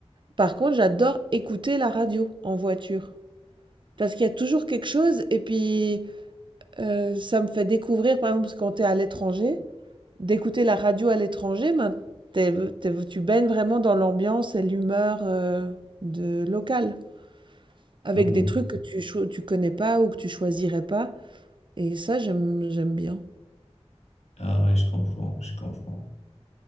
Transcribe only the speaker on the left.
mhm.
Ah ouais, je comprends, je comprends.